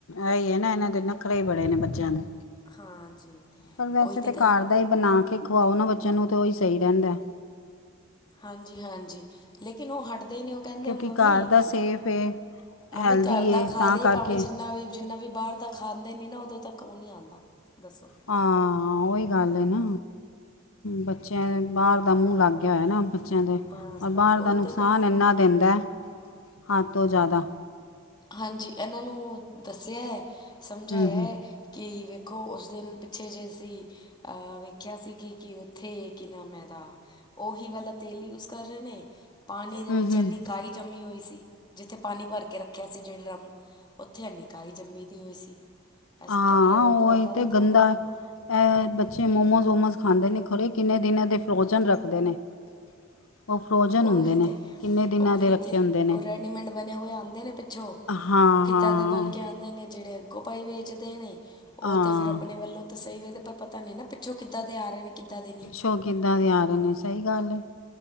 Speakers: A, on the left (about 85°); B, on the left (about 20°).
A: ਓਈ ਏ ਨਾ ਏਨਾਂ ਦੇ ਨਖਰੇ ਈ ਬੜੇ ਨੇ ਬੱਚੇਆਂ ਦੇ
B: ਹਾਂਜੀ।
A: ਪਰ ਵੈਸੇ
B: ਉਹੀ ਤਾਂ
A: ਤੇ
B: ਗੱਲ
A: ਘੱਰ ਦਾ ਈ ਬਣਾ ਕੇ ਖਵਾਓ ਨਾ ਬੱਚੇਆਂ ਨੂੰ ਤਾਂ ਓਈ ਸਈ ਰੈੰਦੈ।
B: ਹਾਂਜੀ-ਹਾਂਜੀ, ਲੇਕਿਨ ਓ ਹਟਦੇ ਨੀ, ਓ ਕੈੰਦੇ
A: ਕਿਉਂਕਿ
B: ਮੰਮੀ
A: ਘਰ ਦਾ ਸੇਫ ਹੈ
B: ਮੰਮੀ,
A: ਹੈਲਦੀ
B: ਘੱਰ
A: ਹੈ
B: ਦਾ ਖਾ
A: ਤਾਂ
B: ਲਿਏ
A: ਕਰਕੇ
B: ਭਾਵੇਂ ਜਿੰਨਾ ਵੀ ਜਿੰਨਾ ਵੀ ਬਾਰ ਦਾ ਖਾਾਂਦੇ ਨੀ ਨਾ, ਉਦੋਂ ਤੱਕ ਓ ਨੀ ਆਦਾ, ਦੱਸੋ
A: ਹਾਂ, ਓਈ ਗੱਲ ੲੈ ਨਾ ਬੱਚੇਆਂ ਦੇ ਬਾਰ ਦਾ ਮੂੰ ਲੱਗ ਗੇਆ ਹੋਆ ਨਾ, ਬੱਚੇਆਂ ਦੇ,
B: ਬਸ
A: ਔਰ
B: ਬਸ
A: ਬਾਰ
B: ਉਹੀ
A: ਦਾ ਨੁਕਸਾਨ
B: ਤਾਂ ਗੱਲ
A: ਏੰਨਾ
B: ਹੈ
A: ਦਿੰਦੈ, ਹੱਦ ਤੋਂ ਜਾਦਾ।
B: ਹਾਂਜੀ ਏਨਾਂ ਨੂੰ ਦੱਸੇ ਐ ਸਮਝਾੲੈ
A: ਹੂੰ ਹੂੰ
B: ਕਿ ਵੇਖੋ ੳਸ ਦਿਨ ਪਿੱਛੇ ਜੇ ਸੀਂ ਅ ਵੇਖੇਆ ਸੀ ਗੀ ਕਿ ਓਥੇ ਕੀ ਨਾਮ ੲੈ ਦਾ ਓਹੀ ਵਾਲਾ ਤੇਲ ਯੂਸ ਕੱਰ ਰੇ ਨੇ ਪਾਣੀ ਦੇ
A: ਹੂੰ
B: ਵਿੱਚ
A: ਹੂੰ
B: ਏੰਨੀ ਕਾਈ ਜੰਮੀ ਹੋਈ ਸੀ, ਜਿੱਥੇ ਪਾਣੀ ਭੱਰ ਕੇ ਰੱਖੇਆ ਸੀ, ਜੇੜੇ ਡਰਾਮ ਓਥੇ ਐੰਨੀ ਕਾਈ ਜਮੀ ਦੀ ਹੋਈ ਸੀ। ਅਸੀਂ
A: ਆਂ
B: ਕਿਹਾ ਕਿ ਇਹ ਵੇਖੋ
A: ਓਈ
B: ਇੱਦਾਂ
A: ਤੇ
B: ਦਾ
A: ਗਦਾ
B: ਖਾਣਾ
A: ਐ, ਬੱਚੇ ਮੋਮੋਸ, ਓਮੋਸ ਖਾਂਦੇ ਨੇ ਖੋਰੇ ਕਿੰਨੇ ਦਿਨਾਂ ਦੇ ਫਰੋਜ਼ਨ ਰੱਖਦੇ ਨੇ <inaudible>
B: ਉਹੀ
A: ਹੁੰਦੇ ਨੇ
B: ਤੇ
A: ਕਿੰਨੇ ਦਿਨਾਂ
B: ਉਹੀ
A: ਦੇ ਰੱਖੇ
B: ਤੇ
A: ਹੁੰਦੇ ਨੇ
B: ਉਹ ਰੈਡੀਮੈਂਡ ਬਣੇ ਹੋਏ ਆਉਂਦੇ ਨੇ ਪਿੱਛੋਂ
A: ਹਾਂ
B: ਕਿੱਦਾਂ
A: ਹਾਂ
B: ਦੇ ਬਣ ਕੇ ਆਉਂਦੇ ਨੇ ਜਿਹੜੇ ਅ ਭਾਈ ਵੇਚਦੇ ਨੇ ਉਹ
A: ਹਾਂ
B: ਤੇ ਫੇਰ ਆਪਣੇ ਵੱਲੋਂ ਤੇ ਸਹੀ ਵੇਖਦੇ, ਪਰ ਪਤਾ ਨੀ ਨਾ ਪਿੱਛੋਂ ਕਿੱਦਾਂ ਦੇ ਆ ਰਹੇ ਨੇ ਕਿੱਦਾਂ ਦੇ ਨਹੀਂ
A: ਓਹੋ ਕਿੱਦਾਂ ਦੇ ਆ ਰਹੇ ਨੇ ਸਹੀ ਗੱਲ ਏ